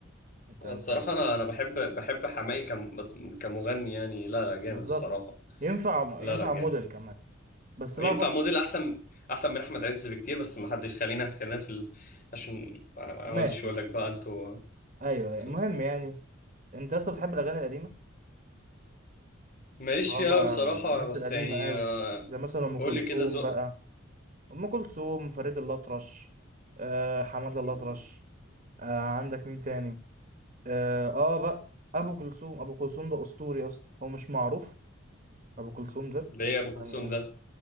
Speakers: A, on the right; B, on the left.
A: انت
B: الصراحة
A: انت
B: أنا أنا بحب بحب حماقي كم كمغني يعني لا لا جامد
A: بالظبط
B: الصراحة
A: ينفع
B: لا
A: ينفع
B: لا جامد
A: موديل كمان بس بقى
B: ينفع
A: بص
B: موديل أحسن أحسن من أحمد عز بكتير بس ما حدش خلينا خلينا في ال... عشان ما
A: ماشي
B: أقعدش أقول
A: ماشي
B: لك بقى أنتوا
A: ايوه أيوة.
B: أنتوا-
A: المهم يعني انت اصلا بتحب الاغاني القديمه
B: ماليش
A: اه
B: فيه
A: بقى
B: أوي بصراحة
A: الناس
B: بس
A: القديمة
B: يعني
A: قوي
B: آه،
A: زي مثلا أم
B: قول
A: كلثوم
B: لي كده ذوق
A: بقى أم كلثوم فريد الأطرش آه حماد الأطرش
B: مم.
A: آه عندك مين تاني آه, آه بقى أبو كلثوم أبو كلثوم ده أسطوري أصلا هو مش معروف أبو كلثوم ده
B: ده
A: بس
B: ايه ابو كلثوم
A: يعني
B: ده